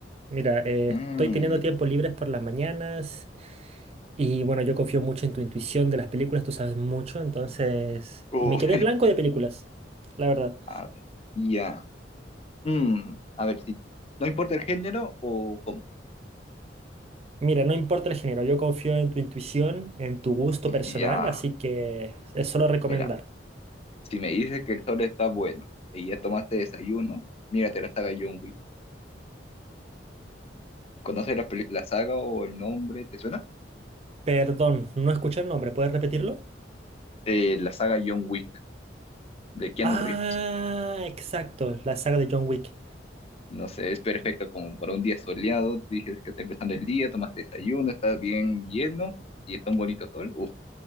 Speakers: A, on the right (about 35°); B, on the left (about 35°).
A: Mira, eh,
B: Mm,
A: estoy teniendo tiempo libres por las mañanas Y bueno, yo confío mucho en tu intuición de las películas, tú sabes mucho, entonces...
B: Uf,
A: Y me quedé blanco de películas, la verdad.
B: a ver, ya. Mm, a ver, sí. ¿No importa el género o cómo?
A: Mira, no importa el género, yo confío en tu intuición, en tu gusto
B: Ya,
A: personal, así que es solo recomendar.
B: mira, si me dices que el sol está bueno y ya tomaste desayuno, mírate la saga John Wick. ¿Conoces la, peli- la saga o el nombre? ¿Te suena?
A: Perdón, no escuché el nombre, ¿puedes repetirlo?
B: Eh, la saga John Wick de Keanu
A: Ah,
B: Reeves.
A: exacto, la saga de John Wick.
B: No sé, es perfecto como para un día soleado. Dices que está empezando el día, tomaste desayuno, estás bien lleno y está un bonito sol. Uf,